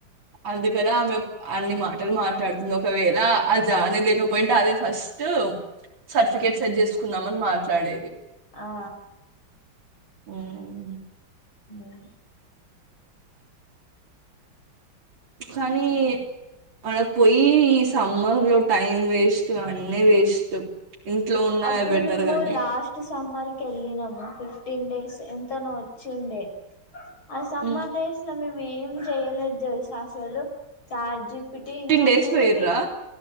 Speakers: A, on the right; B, on the left.
A: అందుకని ఆమె అన్ని మాటలు మాట్లాడుతుంది ఒకవేళ ఆ జానే లేకపోయింటే అదే ఫస్ట్ ఫస్ట్ సర్టిఫికేట్ సెట్ జేసుకుందాం అని మాట్లాడేది
B: ఆ
A: ఉమ్
B: ఉమ్
A: కానీ ఆడ పోయి సమ్మర్ లో టైం వేస్ట్ అన్నీ వేస్ట్ ఇంట్లో ఉన్నాయే
B: అప్పుడు
A: బెటర్
B: మేము
A: గాని.
B: లాస్ట్ సమ్మర్కి యెళ్ళినము ఫిఫ్టీన్ డేస్ ఎంతనో వచ్చిండే ఆ సమ్మర్
A: హ్మ్.
B: డేస్ లో మేము ఏం జేయలేదు దెలుసా అసలు చాట్ జీపిటి ఇంకా
A: డేస్
B: మూవే
A: పోయిర్రా?